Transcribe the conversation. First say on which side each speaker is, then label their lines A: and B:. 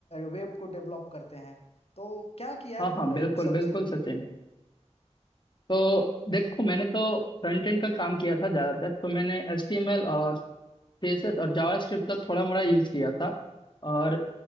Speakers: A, on the left; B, on the left.
A: वेब को डेवलप करते हैं तो क्या किया है
B: हाँ
A: तुमने
B: हाँ बिल्कुल
A: इन सब
B: बिल्कुल
A: चीज़ों में
B: सचिन तो देखो मैंने तो फ्रंट एंड का काम किया था ज़्यादातर तो मैंने एच टी एम एल और सीएसएस और जावास्क्रिप्ट का थोड़ा मोड़ा यूज किया था और